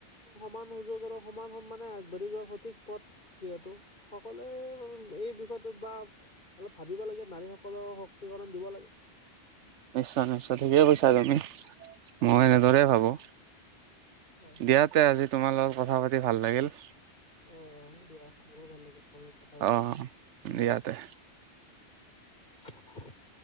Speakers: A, on the left (about 45°); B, on the right (about 85°).
A: সমান সুযোগ আৰু সমান সম্মানে আগবাঢ়ি যোৱাৰ সঠিক পথ যিহেতু সকলোৱে এই বিষয়টো বা অলপ ভাবিব লাগে নাৰীসকলক শক্তিকৰণ দিব লাগে।
B: নিশ্চয় নিশ্চয় ঠিকে কৈছা তুমি। মই
A: হয়,
B: এনেদৰে ভাবো।
A: হয়, হয়।
B: দিয়াতে আজি তোমাৰ লগত কথা পাতি ভাল লাগিল।
A: অ' দিয়া মোৰো ভাল লাগিল তোমাৰ লগত কথা
B: অ' দিয়া তে।
A: পাতি। <inaudible>